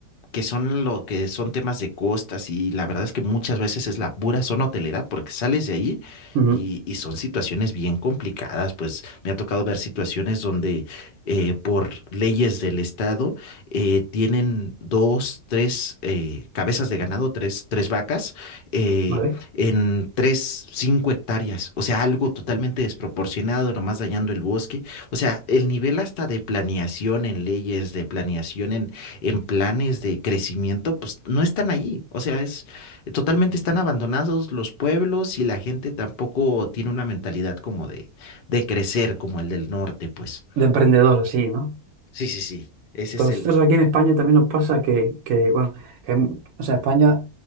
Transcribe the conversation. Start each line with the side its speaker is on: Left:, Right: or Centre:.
Left: que son lo que son temas de costas y la verdad es que muchas veces es la pura zona hotelera porque sales de ahí
Right: Ujú.
Left: y, y son situaciones bien complicadas, pues me ha tocado ver situaciones donde eh, por leyes del estado eh, tienen dos, tres eh, cabezas de ganado, tres, tres vacas eh,
Right: ¿vale?
Left: en tres, cinco hectáreas, o sea, algo totalmente desproporcionado, nomás dañando el bosque, o sea, el nivel hasta de planeación en leyes, de planeación en en planes de crecimiento, pues no están allí. O sea, es totalmente están abandonados los pueblos y la gente tampoco tiene una mentalidad como de, de crecer como el del norte, pues.
Right: De emprendedor, sí, ¿no?
Left: Sí, sí, sí. Ese es
Right: A Nosotros
Left: el.
Right: aquí en España también nos pasa que, que, bueno, que, o sea, España